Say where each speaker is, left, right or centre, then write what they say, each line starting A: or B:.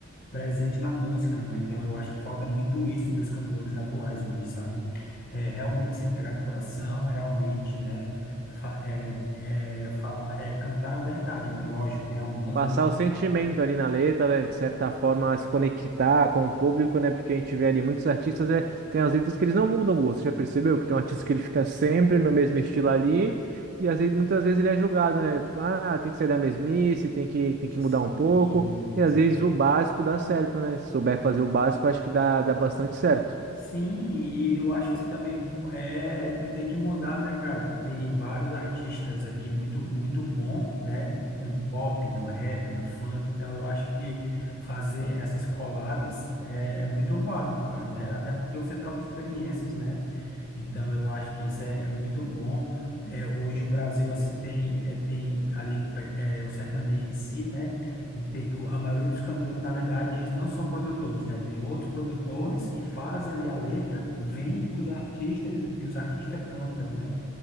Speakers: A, on the left (about 45°); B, on the right (about 50°).
A: presente na música, né? Então eu acho que falta muito isso dos cantores atuais hoje, sabe? É, realmente se entregar de coração, realmente, né? Fa- É, é, falar, é, cantar a verdade, né? Lógico, tem algumas
B: Passar
A: ali.
B: o sentimento ali na letra, né, de certa forma se conectar com o público, né? Porque a gente vê ali muitos artistas, é, tem as letras que eles não mudam o gosto. Já percebeu que tem um artista que ele fica sempre no mesmo estilo ali, e às vezes, muitas vezes ele é julgado, né? Ah, tem que sair da mesmice, tem que, tem que mudar
A: Sim.
B: um pouco. E às vezes o básico dá certo, né? Se souber fazer o básico, acho que dá, dá bastante certo.
A: Sim, e eu acho que assim, também é, tu tem que mudar, né, cara? Tu tem vários artistas aqui muito muito bom, né, no pop, no rap, no funk. Então eu acho que fazer essas collabs é, é muito válido, cara, né? Até porque você troca experiências, né? Então eu acho que isso é, é muito bom. É, hoje o Brasil assim tem é, tem ali é, o sertanejo em si, né? Tem, o- a maioria dos cantores, na verdade, eles não são produtores, né? Tem outros produtores que fazem ali a letra, vende para os artistas e os e os artistas cantam, né?